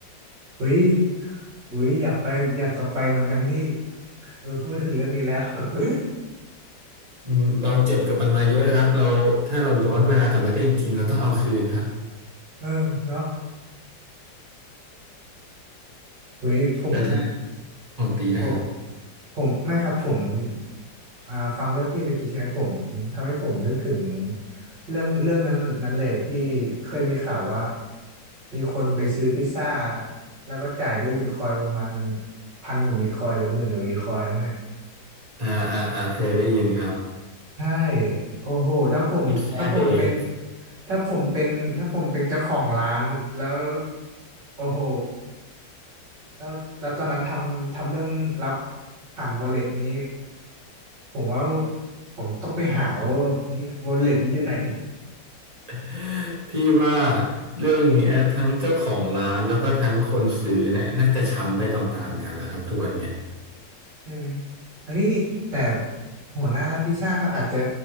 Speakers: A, on the right; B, on the right.
A: อุ้ยอุ้ยอยากไปอยากกลับไปเหมือนกันที่เออพูดถึงเรื่องนี้แล้ว <laughs>
B: อืมเราเจ็บกับมันมาเยอะครับเราถ้าเราย้อนเวลากลับไปได้จริงๆเราต้องเอาคืนครับ
A: เออเนาะอุ้ยผม
B: แล้วถ้าของตีนะครับ
A: ผมผมไม่ครับผมอ่าฟังเรื่องพี่ตะกี้ใช่ไหมผมทำให้ผมนึกถึงเรื่องเรื่องนั้นนั้นเลยที่เคยมีข่าวว่ามีคนไปซื้อพิซซ่าแล้วก็จ่ายด้วยบิตคอยน์ประมาณพันกว่าบิตคอยน์หรือหมื่นกว่าบิตคอยน์มั้งฮะ
B: อ่าอ่าอ่าเคยได้ยินครับ
A: ใช่โอ้โหถ้าผมถ้าผมเป็น
B: พิซซ่าเดย์
A: ถ้าผมเป็นถ้าผมเป็นเจ้าของร้านแล้วโอ้โหแล้วแล้วตอนนั้นทำทำเรื่องรับผ่าน wallet นี้ผมว่าผมต้องไปหาว่าที่ wallet นี้อยู่ไหน
B: <laughs> พี่ว่าเรื่องเนี้ยทั้งเจ้าของร้านแล้วก็ทั้งคนซื้อเนี่ยน่าจะช้ำไปตามๆกันแล้วครับทุกวันเนี่ย
A: <laughs> ใช่ไหมเฮ้ยแต่หัวหน้าร้านพิซซ่าเขาอาจจะ